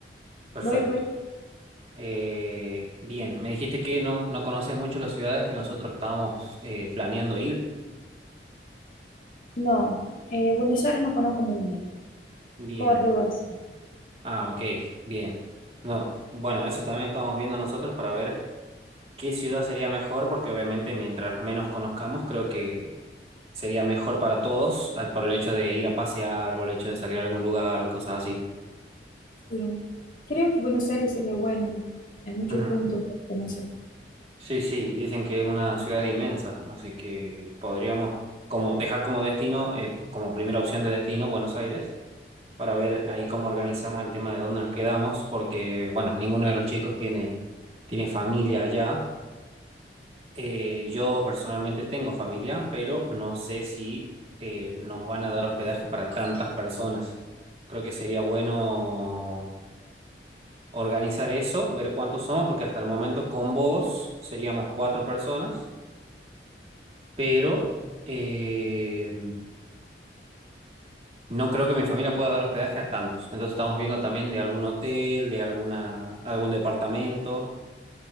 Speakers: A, on the right; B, on the left.
A: Perfecto.
B: Voy, voy.
A: Eh, bien, me dijiste que no, no conoces mucho las ciudades que nosotros estábamos eh, planeando ir.
B: No, eh, Buenos Aires no conozco muy bien.
A: Bien.
B: Córdoba, sí.
A: Ah, ok, bien. No, bueno, eso también estamos viendo nosotros para ver qué ciudad sería mejor, porque obviamente mientras menos conozcamos, creo que sería mejor para todos, eh, por el hecho de ir a pasear, por el hecho de salir a algún lugar o cosas así.
B: Sí, creo que Buenos Aires sería bueno en muchos
A: Ujú.
B: puntos para conocer.
A: Sí, sí, dicen que es una ciudad inmensa, así que podríamos como dejar como destino, eh, como primera opción de destino, Buenos Aires, para ver ahí cómo organizamos el tema de dónde nos quedamos, porque, bueno, ninguno de los chicos tiene, tiene familia allá. Eh, yo personalmente tengo familia, pero no sé si eh, nos van a dar hospedaje para tantas personas. Creo que sería bueno organizar eso, ver cuántos somos, porque hasta el momento con vos seríamos cuatro personas. pero eh, no creo que mi familia pueda dar hospedaje a tantos. Entonces estamos viendo también de algún hotel, de alguna, algún departamento.